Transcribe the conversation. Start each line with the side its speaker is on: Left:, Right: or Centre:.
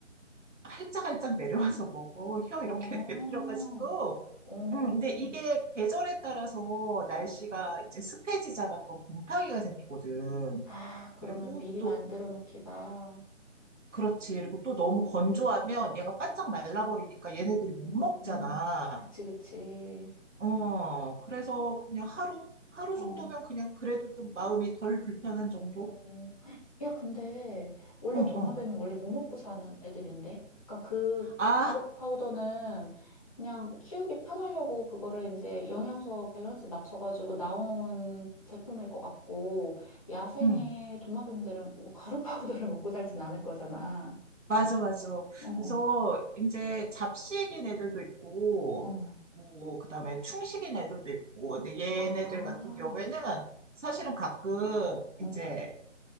Right: <laughs> 활짝활짝 내려와서 먹어. 혀
Left: 아,
Right: 이렇게 <laughs> 내밀어가지고
Left: 오.
Right: 음, 근데 이게 계절에 따라서 날씨가 이제 습해지잖아. 그럼 곰팡이가 생기거든.
Left: 아, 그러면
Right: 그리고
Left: 미리
Right: 또,
Left: 만들어 놓기가.
Right: 그렇지. 그리고 또 너무 건조하면 얘가 바짝 말라버리니까 얘네들이 못
Left: 음,
Right: 먹잖아.
Left: 그치, 그치.
Right: 어, 그래서 그냥 하루? 하루
Left: 어.
Right: 정도면 그냥 그래도 좀 마음이 덜 불편한 정도?
Left: 어, 야, 근데 원래
Right: 어,
Left: 도마뱀이
Right: 어.
Left: 원래 뭐 먹고 사는 애들인데? 그러니까 그
Right: 아,
Left: 가루 파우더는 그냥 키우기 편하려고 그거를 이제 영양소 밸런스 맞춰가지고 나온 제품일 것 같고 야생의
Right: 응.
Left: 도마뱀들은 뭐 가루 <laughs> 파우더를 먹고 살진 않을 거잖아.
Right: 맞아, 맞아.
Left: 어, 어,
Right: 그래서 이제 잡식인 애들도 있고,
Left: 어.
Right: 뭐, 그 다음에 충식인 애들도 있고, 근데 얘네들
Left: 아,
Right: 같은 경우에는 사실은 가끔 이제
Left: 어,